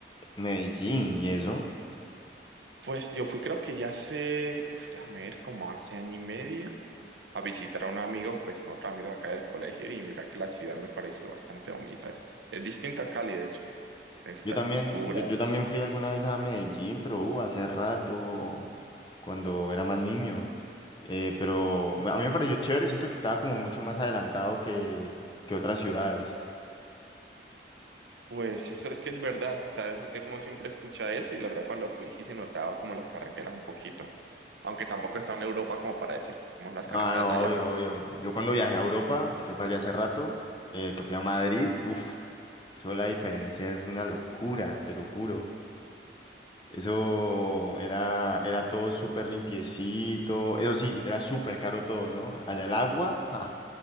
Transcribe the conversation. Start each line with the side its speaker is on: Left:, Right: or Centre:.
Left: Medellín y eso.
Right: Pues yo fui creo que ya hace, uf, déjame ver, como hace año y medio, a visitar a un amigo, pues con otro amigo acá del colegio, y mira que la ciudad me pareció bastante bonita. Es, es distinta a Cali, de hecho. La infraestructura,
Left: Yo también, yo, yo también fui alguna vez a Medellín, pero uh, hace rato, cuando era más niño. Eh, pero me- a mí me pareció chévere, siento que estaba como mucho más adelantado que, que otras ciudades.
Right: Pues eso es que es verdad, o sea, eso- eh, uno siempre escucha eso y la verdad cuando fui sí se notaba como las carreteras un poquito, aunque tampoco está en Europa como para decir como las
Left: Ah,
Right: carreteras
Left: no,
Right: de allá,
Left: obvio,
Right: pero
Left: obvio.
Right: <laughs>
Left: Yo cuando viajé a Europa, que eso fue allá hace rato, eh, que fui a Madrid, uff, eso la diferencia es una locura, te lo juro. Eso era, era todo súper limpiecito. Eso sí, era súper caro todo, ¿no? Allá el agua, ja,